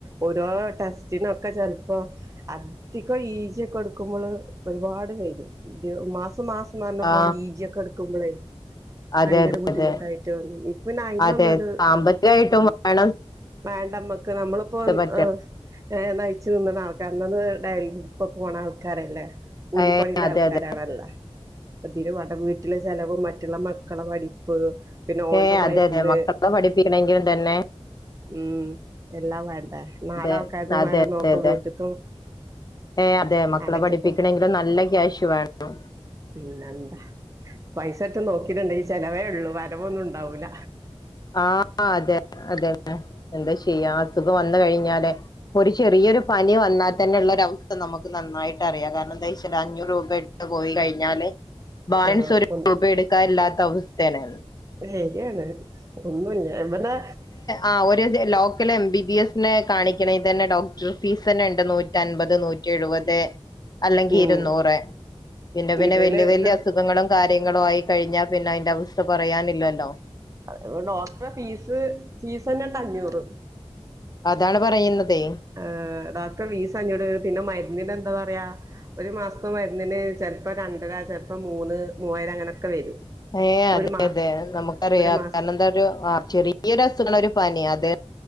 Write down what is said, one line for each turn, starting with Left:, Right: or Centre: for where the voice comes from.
Right: ഓരോ ടെസ്റ്റിനൊക്കെ ചെലപ്പോ അധികം ഈ ജെയ് ഓകെ എടുക്കുമ്പോള് ഒരുപാട് പേരും മാസം മാസം പറഞ്ഞ
Left: ആ
Right: പോലെ ഈജിയൊക്കെ എടുക്കുമ്പോളേ
Left: അതെ
Right: ഭയങ്കര
Left: അതെ
Right: ബുദ്ധിമുട്ടായിട്ട്
Left: അതെ
Right: ഇപ്പോ പിന്നെ അയിനിന്നൊരു
Left: അതെ സാമ്പത്തികമായിട്ടും
Right: ഉം
Left: വേണം
Right: വേണ്ട മ്മക്ക് നമ്മളിപ്പോ
Left: ഇത് പറ്റണം
Right: ആ ഏ നയിച്ചു തിന്നണ ആൾക്കാര് എന്നന്ന് ഡയലി ഇപ്പ പോണ ആൾക്കാരല്ലേ കൂലിപ്പണിന്റെ
Left: ഏ അതെ
Right: ആൾക്കാരാണല്ല
Left: അതെ
Right: ഇപ്പൊ വാടക വീട്ടിലെ ചിലവ് മറ്റുള്ള മക്കളെ പഠിപ്പ് പിന്നെ ഓന്റെ
Left: ഏയ് അതെ
Right: മരുന്ന്
Left: അതെ മക്കളെ പഠിപ്പിക്കണമെങ്കിലും തന്നെ
Right: ഉം എല്ലാം വേണ്ടേ നാലു
Left: അതെ
Right: ആൾക്കാര്‌തും
Left: അതെ
Right: വേണ്ട നോക്ക
Left: അതെ അതെ
Right: വീട്ടിൽ
Left: ഏ അതെ മക്കളെ
Right: അനക്കെ
Left: പഠിപ്പിക്കണമെങ്കിലും
Right: പോണ്ട്
Left: നല്ല ക്യാഷ് വേണം
Right: പിന്നെന്താ പൈസ ഒക്കെ നോക്കിയിട്ടുണ്ടെങ്കിൽ ചെലവേ ഉള്ളു വരവൊന്നും ഉണ്ടാവൂല
Left: ആഹ അതെ അതെ എന്താ ചെയ്യാ അസുഖം വന്നു കഴിഞ്ഞാലേ ഒരു ചെറിയൊരു പനി വന്നാ തന്നെ ഉള്ളര അവസ്ഥ നമുക്ക് നന്നായിട്ട് അറിയാം കാരണം എന്താ വെച്ചാൽ അഞ്ഞൂറ് രൂപയിട്ട് പോയി കഴിഞ്ഞാല് ബാലൻസ്
Right: ആ
Left: ഒരു
Right: ഒ
Left: രൂപ എടുക്കാനില്ലാത്ത അവസ്ഥയാണ്
Right: ഇല്ലേ <unintelligible> ഒന്നൂല്ല ഇവടെ
Left: ആഹ് ഒരു ലോക്കൽ എം ബി ബി എസിനെ കാണിക്ണേ തന്നെ ഡോക്ടർ ഫീസ് തന്നെണ്ട് നൂറ്റൻപത് നൂ റ്റി എഴുപത് അല്ലെങ്കി
Right: ഉം
Left: ഇരുന്നൂറ് പിന്നെ പിന്നെ
Right: ഇവന്
Left: വല്യ വല്യ
Right: ഇത്
Left: അസു ഖങ്ങളും കാര്യങ്ങളും ആയി കഴിഞ്ഞാ പിന്നെ അയിന്റെ അവസ്ഥ പറയാനില്ലല്ലോ.
Right: അ ഡോക്റ്റെ ഫീസ് ഫീസന്നെണ്ട് അഞ്ഞൂറ്.
Left: അതാണ് പറയുന്നതെ
Right: ആഹ്. ഡോക്റ്റെ ഫീസ് അഞ്ഞൂറ് പിന്നെ മരുന്നിന് എന്താ പറയാ ഒരു മാസത്തെ മരുന്നിന് ചെൽപ്പം രണ്ടര ചെൽപ്പം മൂന്ന് മൂവായിരം അങ്ങനൊക്കെ വരും.
Left: ഏഹ് അതെ
Right: ഒരു മാ
Left: അതെ. നമുക്കറിയാ
Right: ഒരു മാസം
Left: കാരണം എന്താ ഒരു ആഹ് ചെറിയൊരു അസുഖങ്ങൾ ഒരു പനി അത്